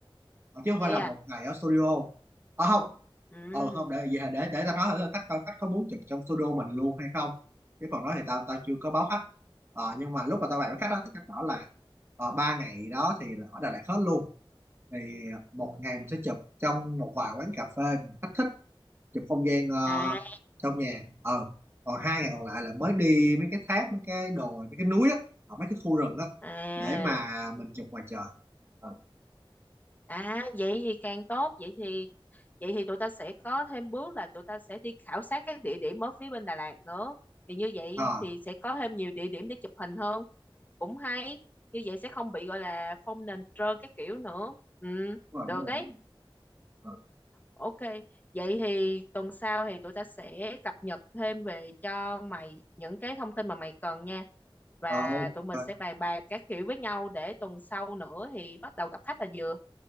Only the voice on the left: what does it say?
vậy
à
ừ
à
à
à vậy thì càng tốt vậy thì vậy thì tụi ta sẽ có thêm bước là tụi ta sẽ đi khảo sát các địa điểm ở phía bên Đà Lạt nữa thì như vậy
thì sẽ có thêm nhiều địa điểm để chụp hình hơn cũng hay như vậy sẽ không bị gọi là phong nền trơn các kiểu nữa ừ
được
ấy
Ok, vậy thì tuần sau thì tụi ta sẽ cập nhật thêm về cho mày những cái thông tin mà mày cần nha. Và
tụi mình sẽ
bàn bạc các kiểu với nhau để tuần sau nữa thì bắt đầu gặp khách là vừa.